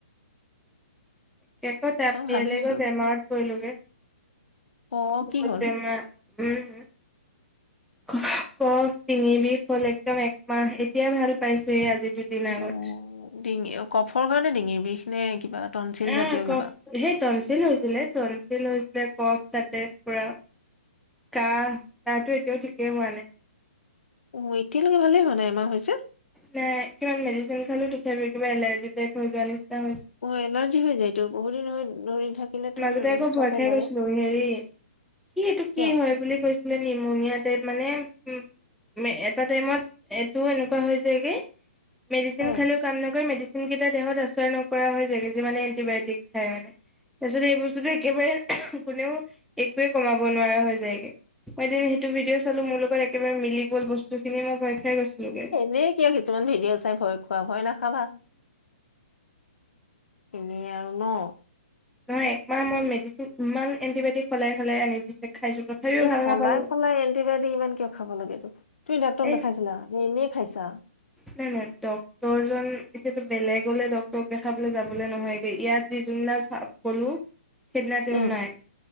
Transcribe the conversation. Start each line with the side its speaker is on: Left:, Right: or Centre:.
Centre: <unintelligible>
Left: অ
Centre: বিয়ালৈ
Left: ভাবিছো
Centre: গৈ বেমাৰত পৰিলোগে।
Left: অ
Centre: বহুত
Left: কি হ'ল
Centre: বেমা। উম উফ কফ ডিঙি বিষ হ'ল একদম একমাহ এতিয়া ভাল পাইছোয়ে আজি। দুদিন
Left: অ
Centre: আগত।
Left: ডিঙি অ কফৰ কাৰণে ডিঙিৰ বিষনে কিবা টনচিল
Centre: উম
Left: জাতীয়
Centre: কক
Left: কিবা
Centre: সেই তনচিল হৈছিলে তনচিল হৈ গোটে কফ তাতে পুৰা কাহ কাহটো এতিয়াও ঠিকেই হোৱা নাই।
Left: অ এতিয়ালৈকে ভালে হোৱা নাই এমাহ হৈছে।
Centre: নে কিমান মেডচিন খালো তথাপি কিবা এলাৰ্জি টাইপ হৈ যোৱা নিচি
Left: অ এলাৰ্জি হৈ যায়তো বহুত দিন হৈ ধৰি থাকিলেতো
Centre: <unintelligible> মাজতে আকৌ
Left: চব
Centre: ভয়
Left: বেমাৰে
Centre: খাই গৈছিলো হেৰি কি এইটো
Left: কিয়
Centre: কি হয় বুলি কৈছিলে নিম <unintelligible> টাইপ মানে উ মে এটা টাইমত এইটো এনে হৈ হৈ যায়গে! মেডচিন
Left: হে
Centre: খালেও কাম নকৰে মেডি কোনকেটা দেহত অচৰ নকৰা হৈ যায়গে যিমানে এন্টিবায়তিক খায় মানে যদি এই বস্তুটো একেবাৰে অহ কোনেও একোৱে কমাব নোৱাৰা হৈ যায়গে মই এদিন সেইটো ভিডিঅ' চালো মোৰ লগত একেবাৰে মিলি গল বস্তুখিনি মই ভয় খাই হে গৈছিলোগে <unintelligible>
Left: নে কিয় কিছুমান ভিডিঅ' চাই ভয় খোৱা ভয় নাখাবা। এনেই আৰু ন!
Centre: নহয় একমাহ মই মেডিচিন ইমান এন্টিবায়টিক সলাই সলাই আনি দিছে। খাইছো তথাপিও
Left: এই
Centre: ভাল
Left: সলাই
Centre: নাপালো।
Left: সলাই এণ্টিবায়টিক ইমান কিয় খাব লাগেতো তুমি ডাক্তৰক
Centre: এই
Left: দেখাইছিলা নে এনে খাইচা
Centre: নাই নাই ডক্তৰজন এতিয়াতো বেলেগলে ডক্তৰক দেখাবলৈ যাবলৈ নহয়গে ইয়াত যি <unintelligible> চা-গলো সেইদিনা তেওঁ
Left: উম
Centre: নাই